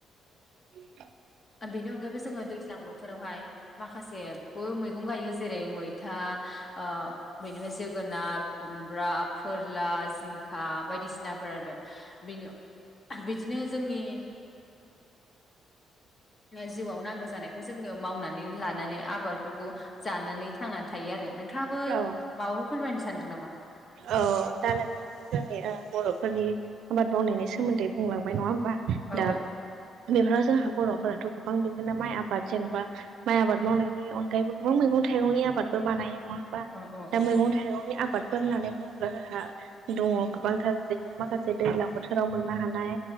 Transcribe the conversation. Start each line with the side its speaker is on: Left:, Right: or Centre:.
Right: उ <unintelligible>
Left: बेनि अनगायैबो जोङो दैज्लां बोथोरावहाय माखासेबो मैगं गायो जेरै मैथा ओ बेनिफ्राय जोगोनार खुमब्रा फोरला जिंखा बायदिसिनाफोर आरो। बिनो बिदिनो जोंनि जिउआव नांगौ जानायखौ जोङो मावनानै लानानै आबादफोरखौ जानानै थांनानै थायो आरो। नोंथाङाबो
Right: औ
Left: माबाफोर फोरमायनो सानदों नामा?
Right: औ। दा नोंथाङा थ' जोंनि बर'फोरनि आबाद मावनायनि सोमोन्दै बुंलांबाय नङा होमबा?
Left: औ
Right: दा बेफोराव जोंहा बर'फोराथ' गोबां बिदिनो माइ आबाद जेनेबा माइ आबाद मावनायनि अनगायैबो गोबां मैगं थाइगंनि आबादबो बानायो नङा? बा
Left: औ औ
Right: दा
Left: औ
Right: मैगं थाइगंनि आबादफोर होननानै बुङोब्ला जाहा दङ गोबांथार बेबायदिनो माखासे दैज्लां बोथोराव मोननो हानाय